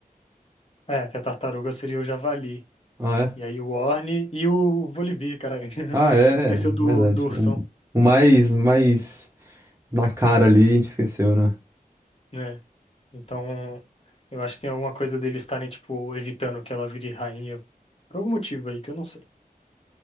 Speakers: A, on the left; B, on the right.
A: É, que a tartaruga seria o javali.
B: Ah, é?
A: E aí o Orne e o Volibear, caralho.
B: Ah,
A: <laughs>
B: é,
A: A gente esqueceu
B: é verdade.
A: do, do ursão,
B: O, o mais, mais na cara ali, a gente esqueceu, né?
A: né? Então, eu acho que tem alguma coisa deles estarem, tipo, evitando que ela vire rainha. Por algum motivo aí que eu não sei.